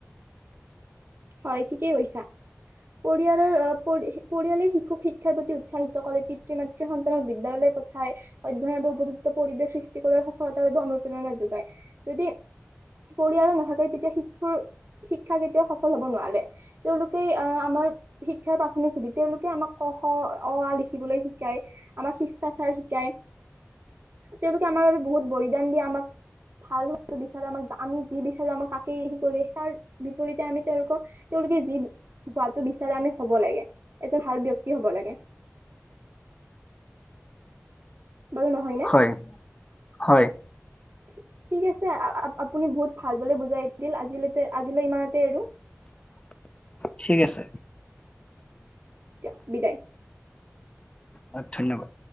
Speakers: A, on the right; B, on the left.
A: হয় ঠিকেই কৈছা। পৰিয়ালৰ অ পৰি পৰিয়ালে শিশুক শিক্ষাৰ প্ৰতি উৎসাহিত কৰে, পিতৃ মা কে সন্তানক বিদ্যালয়লৈ পঠায়। অধ্যয়নৰ উপযুক্ত পৰিৱেশ সৃষ্টি কৰে আৰু সফলতাৰ বাবে অনুপ্ৰেৰণা যোগায় যদি পৰিয়ালে নাথাকে তেতিয়া শিশুৰ শিক্ষা কেতিয়াও সফল হ'ব নোৱাৰে। তেওঁলোকে আহ আমাৰ শিক্ষাৰ প্ৰাথমিক সুতি তেওঁলোকে আমাক ক খ, অ আ লিখিবলৈ শিকায়। আমাক শিষ্টাচাৰ শিকায়, তেওঁলোকে আমাৰ বাবে বহুত বলিদান দি আমাক ভাল হোৱাতো বিচাৰে, আমাক আমি যি বিচাৰো আমাক তাকেই সেই কৰে তাৰ বিপৰীতে আমি তেওঁলোকক তেওঁলোকে যি হোৱাটো বিচাৰে আমি হ'ব লাগে, এজন ভাল ব্যক্তি হ'ব লাগে। বাৰু নহয় নে?
B: হয় হয়
A: ঠি ঠিক আছে আ আ আপুনি বহুত ভালদৰে বুজাই দিল আজিলৈতে আজিলৈ ইমানতে এৰো।
B: ঠিক আছে।
A: দিয়ক বিদায়।
B: অ ধন্যবাদ।